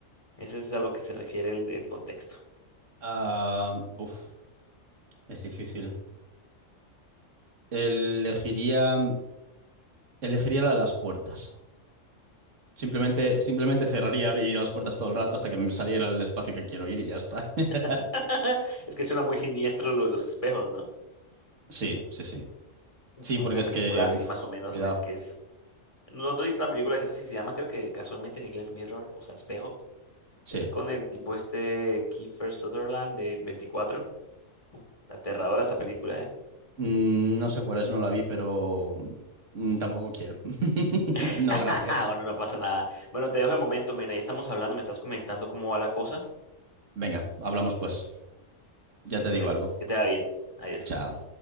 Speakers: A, on the left; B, on the right.
A: Ese es a lo que se refiere el, el contexto.
B: Ah, uf, es difícil. Elegiría, elegiría la de las puertas. Simplemente, simplemente cerraría y abriría las puertas todo el rato hasta que me saliera el espacio que quiero ir y ya está. <laughs>
A: <laughs> Es que suena muy siniestro lo de los espejos, ¿no?
B: Sí, sí, sí. Sí,
A: Fue
B: porque
A: una
B: es
A: película
B: que,
A: así
B: uf,
A: más o menos,
B: cuidado.
A: men, que es No, no viste una película que es así, se llama, creo que casualmente en inglés Mirror, o sea, espejo.
B: Sí.
A: Es con el tipo este Kiefer Sutherland de 24. Uf, Aterradora esa película, ¿eh?
B: Mm, no sé cuál es, no la vi, pero mm, tampoco quiero. <laughs>
A: <laughs>
B: No, gracias.
A: Bueno, no pasa nada. Bueno, te dejo de momento, men. Ahí estamos hablando, me estás comentando cómo va la cosa.
B: Venga, hablamos pues. Ya
A: Listo,
B: te digo
A: men.
B: algo.
A: Que te va bien. Adiós.
B: Chao.